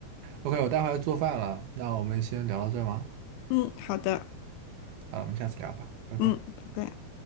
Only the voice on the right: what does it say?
OK，我待会儿要做饭了，那我们先聊到这儿吗？
好了，我们下次聊吧，拜拜。